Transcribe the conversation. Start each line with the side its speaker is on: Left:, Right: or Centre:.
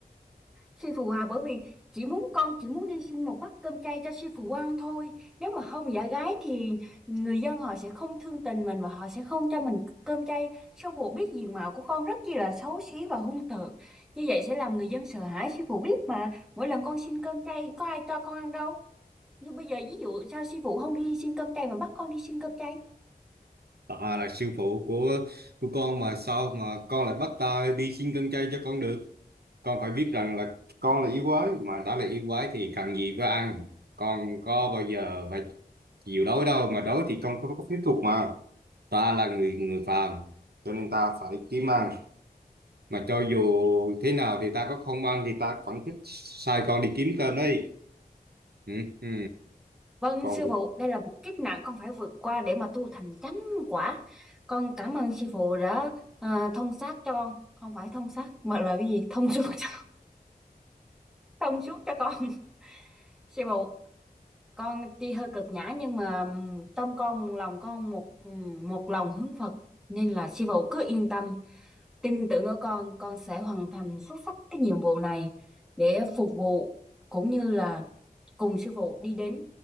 Centre: Sư phụ à, bởi vì chỉ muốn con chỉ muốn đi xin một bát cơm chay cho sư phụ ăn thôi. Nếu mà không giả gái thì người dân họ sẽ không thương tình mình và họ sẽ không cho mình cơm chay. Sư phụ biết diện mạo của con rất chi là xấu xí và hung tợn. Như vậy sẽ làm người dân sợ hãi, sư phụ biết mà. Mỗi lần con xin cơm chay có ai cho con ăn đâu. Nhưng bây giờ ví dụ sao sư phụ không đi xin cơm chay mà bắt con đi xin cơm chay?
Right: Bà là sư phụ của của con mà sao mà con lại bắt ta đi xin con trai cho con được? Con phải biết rằng là con là yêu quái mà đã là yêu quái thì cần gì phải ăn. Con có bao giờ phải chịu đói đâu mà đói thì con không có phép thuật mà. Ta là người người phàm cho nên ta phải kiếm ăn. Mà cho dù thế nào thì ta có không ăn thì ta vẫn thích sai con đi kiếm cơm đấy. Ừ, ừ.
Centre: Vâng
Right: Con
Centre: sư phụ, đây là một kiếp nạn con phải vượt qua để mà tu thành chánh quả. Con cảm ơn sư phụ đã à, thông sát cho con, không phải thông sát mà là cái gì? Thông suốt cho, <laughs> thông suốt cho con. <laughs> Sư phụ, con tuy hơi cực nhã nhưng mà tâm con lòng con một một lòng hướng Phật nên là sư phụ cứ yên tâm, tin tưởng ở con, con sẽ hoàn thành xuất sắc cái nhiệm vụ này để phục vụ cũng như là cùng sư phụ đi đến